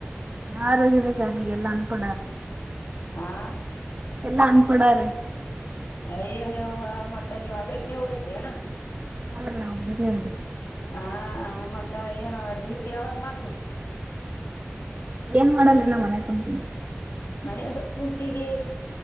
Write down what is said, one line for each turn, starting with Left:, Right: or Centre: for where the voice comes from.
Right: ನಾ ಆರೋಗ್ಯತೆ ಸಾರಿಗೆ ಎಲ್ಲ ಅನುಪಣಾರೆ
Left: ಆಾ
Right: ಎಲ್ಲಾ ಅನ್ಪಡಾರೆ
Left: ಅಯ್ಯ ಮತ್ತೆ ನೀವು ಹಬಗ್ ನೀವು ಇದ್ದ್ಯಾನಾ
Right: ಅವಲ್ಲ ಒಮ್ಮ ಹೇಳ
Left: ಹ ಮತ್ತ ಏನು ಡ್ಯೂಟಿ ಯಾವಾಗ ಮಾಡ್ತಿ
Right: ಏನ್ ಮಾಡಲ್ರಿ ನಾ ಮನೆಯ ಕುತನ್ರಿ
Left: ಮನ ಸ್ ಕುಂತಿದಿ